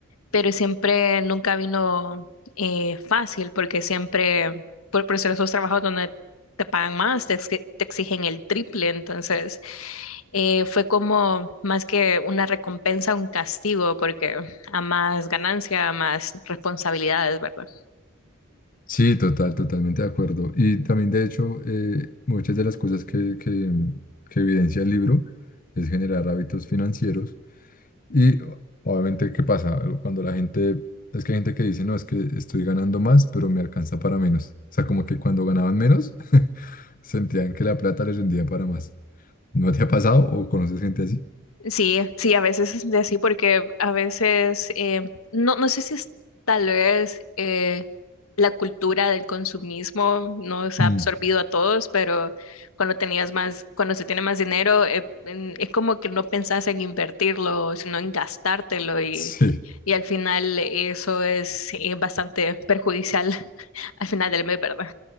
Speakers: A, on the left; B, on the left.
A: pero siempre nunca vino eh, fácil porque siempre, por, por hacer esos trabajos donde te pagan más, te, exi- te exigen el triple, entonces eh, fue como más que una recompensa, un castigo, porque a más ganancia, a más responsabilidades, ¿verdad?
B: Sí, total, totalmente de acuerdo. Y también, de hecho, eh, muchas de las cosas que, que, que evidencia el libro es generar hábitos financieros. Y o- obviamente, ¿qué pasa? Cuando la gente, es que hay gente que dice, no, es que estoy ganando más, pero me alcanza para menos. O sea, como que cuando ganaban menos, <laughs> sentían que la plata les rendía para más. ¿No te ha pasado o conoces gente así?
A: Sí, sí, a veces es de así porque a veces, eh, no, no sé si es tal vez eh, la cultura del consumismo nos ha
B: Mm,
A: absorbido a todos, pero cuando tenías más, cuando se tiene más dinero, eh, en- es como que no pensás en invertirlo, sino en gastártelo y,
B: sí.
A: y al final eso es eh, bastante perjudicial <laughs> al final del mes, ¿verdad?